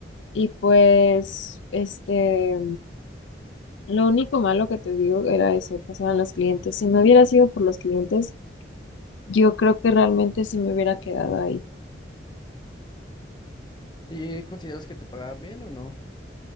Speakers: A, on the left; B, on the left.
A: Y pues, este, lo único malo que te digo era eso, pasaban los clientes. Si no hubiera sido por los clientes, yo creo que realmente sí me hubiera quedado ahí.
B: ¿Sí consideras que te pagaban bien o no?